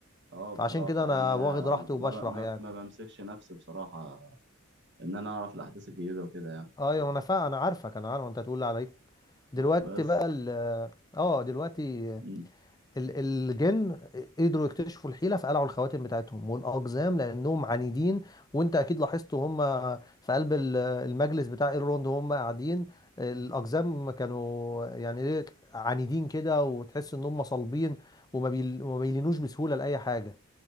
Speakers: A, on the right; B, on the left.
A: اه
B: فعشان
A: بصراحه
B: كده انا
A: يعني انا
B: واخد راحتي وبشرح
A: ما ب... ما
B: يعني
A: ما بمسكش نفسي بصراحه ان انا اعرف الاحداث الجديده وكده يعني
B: ايوه انا فا انا عارفك انا عارف انت هتقول لي عليك دلوقتي
A: <laughs> بس
B: بقى ال اه دلوقتي
A: مم.
B: ال- الجن قدروا يكتشفوا الحيلة فقلعوا الخواتم بتاعتهم والأقزام لأنهم عنيدين وأنت أكيد لاحظت هم في قلب ال- المجلس بتاع ايرلوند هم قاعدين الأقزام كانوا يعني إيه عنيدين كده وتحس إن هم صلبين وما بيل- وما بيلينوش بسهولة لأي حاجة